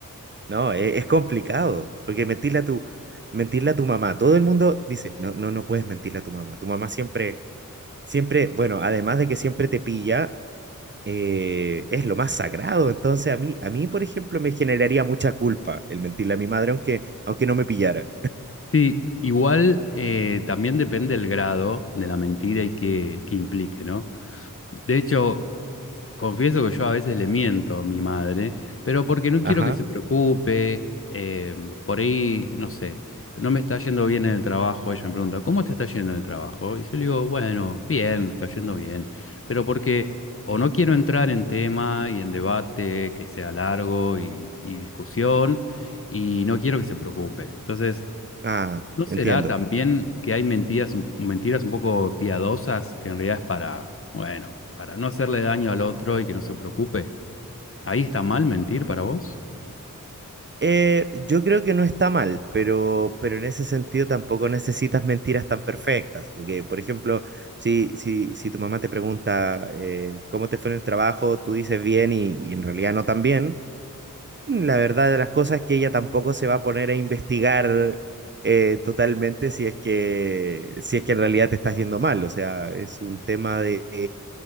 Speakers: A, on the right; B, on the left.
A: No, e- es, complicado, porque mentirle a tu, mentirle a tu mamá, todo el mundo dice, no, no, no puedes mentirle a tu mamá. Tu mamá siempre, siempre, bueno, además de que siempre te pilla, eh, es lo más sagrado. Entonces a mí, a mí, por ejemplo, me generaría mucha culpa el mentirle a mi madre, aunque, aunque no me pillara.
B: Sí, igual eh, también depende el grado de la mentira y qué, qué implique, ¿no? De hecho, confieso que yo a veces le miento a mi madre, pero porque no
A: Ajá.
B: quiero que se preocupe, eh, por ahí, no sé, no me está yendo bien en el trabajo, ella me pregunta, ¿cómo te está yendo en el trabajo? Y yo le digo, bueno, bien, me está yendo bien, pero porque o no quiero entrar en tema y en debate que sea largo y, y discusión, y no quiero que se preocupe. Entonces,
A: Ah,
B: ¿No será
A: entiendo.
B: también que hay mentiras, un- mentiras un poco piadosas que en realidad es para, bueno, para no hacerle daño al otro y que no se preocupe? ¿Ahí está mal mentir para vos?
A: Eh, yo creo que no está mal, pero, pero en ese sentido tampoco necesitas mentiras tan perfectas, porque por ejemplo, si, si, si tu mamá te pregunta eh, cómo te fue en el trabajo, tú dices bien y, y en realidad no tan bien, la verdad de las cosas es que ella tampoco se va a poner a investigar eh, totalmente si es que, si es que en realidad te estás yendo mal, o sea, es un tema de,